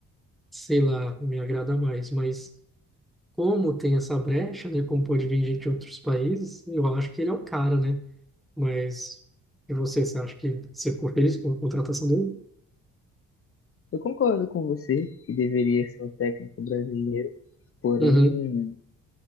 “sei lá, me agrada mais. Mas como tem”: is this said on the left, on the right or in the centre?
Centre